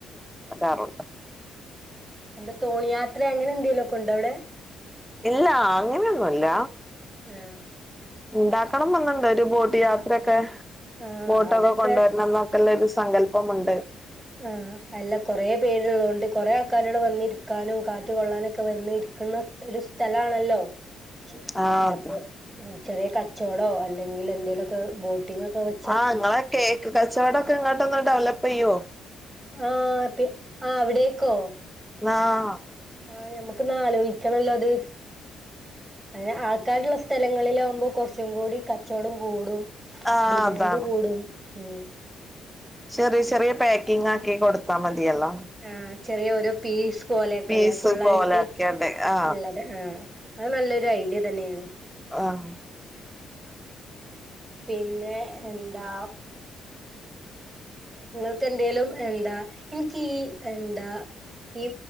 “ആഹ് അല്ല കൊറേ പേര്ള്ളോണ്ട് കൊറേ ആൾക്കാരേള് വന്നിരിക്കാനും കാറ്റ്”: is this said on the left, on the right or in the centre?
Right